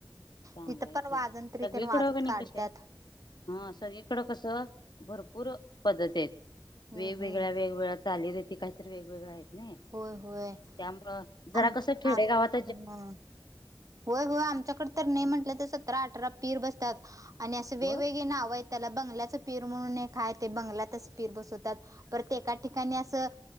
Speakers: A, on the left; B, on the right.
A: चांगलाय
B: तिथं पण
A: की
B: वाजन तरीितन
A: सगळीकडं
B: वाजत
A: कणी
B: काढतात.
A: कशी आहेत हा सगळीकडं कस, भरपूर पद्धत आहेत
B: हम्म
A: वेगवेगळ्या,
B: हम्म
A: वेगवेगळ्या चाली रीती काहीतरी वेगवेगळ्या आहेत. नाही
B: होय होय
A: त्यामुळं जरा
B: आम
A: कस खेडेगावात,
B: आ हम्म होय होय आमच्याकड तर नाही म्हटलं तर सतरा अठरा पीर बसतात, आणि असे वेगवेगळे
A: हो
B: नाव आहेत. त्याला बंगल्याच पीर म्हणून हे खाय ते बंगलातच पीर बसवतात परत एका ठिकाणी अस,